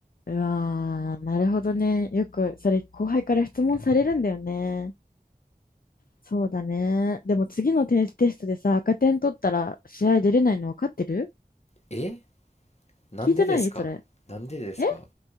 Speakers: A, on the left; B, on the left.
A: うわー、なるほどね。よく、それ、後輩から質問されるんだよね。そうだね。でも次のテ、テストでさ、赤点取ったら試合出れないの分かってる
B: えなんでですかなんでですか
A: 聞いてないそれ。え